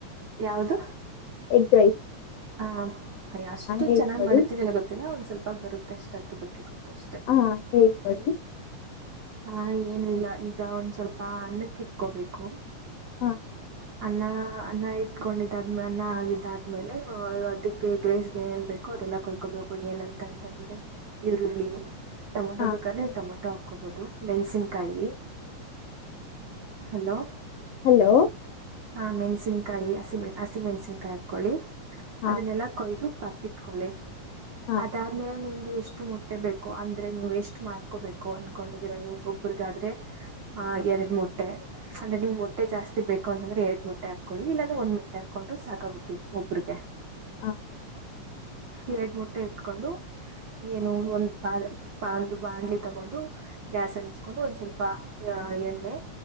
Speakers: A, on the right (about 55°); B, on the left (about 65°).
A: ಯಾವುದು
B: ಎಗ್ರೈಸ್
A: ಹಾ ಅಷ್ಟು
B: ಹೇಳ್ಕೊಡಿ
A: ಚೆನ್ನಾಗ್ ಮಾಡ್ತೀವಿ ಎಲ್ಲ ಗೊತ್ತಿಲ್ಲ ಒಂದ್ ಸ್ವಲ್ಪ ಬರುತ್ತ ಅಷ್ಟ ಅದ್ರ ಬಗ್ಗೆ ಗೊತ್ತು ಅಷ್ಟೆ
B: ಹಾ ಹೇಳ್ಕೊಡಿ
A: ಹಾ ಏನು ಇಲ್ಲ ಈಗ ಒಂದ್ ಸ್ವಲ್ಪ ಅನ್ನಕ್ಕೆ ಇಟ್ಕೋಬೇಕು
B: ಹಾ
A: ಅನ್ನ ಅನ್ನ ಇಟ್ಕೊಂಡಿದ್ದಾದ್ಮೇಲೆ ಅನ್ನ ಆಗಿದ್ದಾದ್ಮೇಲೆ ಅದಕ್ಕೆ ಎಗ್ಗ್ರ್ಸ್ ಏನೇನ್ ಬೇಕು ಅದೆಲ್ಲ ಕೊಯ್ಕೋಬೇಕು ಏನಂತಂತಂದ್ರೆ ಈರುಳ್ಳಿ ಟಮೊಟ
B: ಹಾಂ
A: ಬೇಕು ಅಂದ್ರೆ ಟೊಮಟೊ ಹಾಬೇಕು ಮೆಣಸಿನಕಾಯಿ <inaudible> ಹಲೋ
B: ಹಲೋ
A: ಹಾ ಮೆಣಸಿನಕಾಯಿ ಕಾಯಿ ಹಸಿಮೆಣಸಿ ಹಸಿ ಮೆಣಸನ್ಕಾಯಿ ಹಾಕೊಳ್ಳಿ
B: ಹಾಂ
A: ಅದನ್ನೆಲ್ಲಾ ಕೊಯ್ದು ಪಕ್ಕಕ್ಕೆ ಇಟ್ಕೊಳಿ
B: ಹಾಂ
A: ಅದಾದ್ಮೇಲೆ ನಿಮ್ಗೆ ಎಷ್ಟು ಮೊಟ್ಟ ಮೊಟ್ಟೆ ಬೇಕು ಅಂದ್ರೆ ನೀವು ಎಷ್ಟು ಮಾಡ್ಕೋಬೇಕು ಅನ್ ಹಾಕೊಂಡಿದ್ದೀರ ನಿಮ್ ಒಬ್ರಗಾದ್ರೆ ಆ ಎರಡ್ ಮೊಟ್ಟೆ ಅಂದ್ರೆ ನಿಮ್ ಮೊಟ್ಟೆ ಜಾಸ್ತಿ ಬೇಕು ಅಂತಂದ್ರೆ ಎರಡು ಮೊಟ್ಟೆ ಹಾಕೊಳ್ಳಿ ಇಲ್ಲಾರೆ ಒಂದ್ ಮೊಟ್ಟೆ ಹಾಕೊಂಡು ಸಾಕಾಗುತ್ತೆ ಒಬ್ರಿಗೆ
B: ಹಾ
A: ಎರಡ್ ಮೊಟ್ಟೆ ಇಟ್ಕೊಂಡು ಏನು ಒಂದ್ ಒಂದು ಬಾಂಡ್ಲಿ ತಗೊಂಡು ಗ್ಯಾಸ್ ಹಂಚ್ಕೊಂಡು ಒಂದ್ ಸ್ವಲ್ಪ ಎಣ್ಣೆ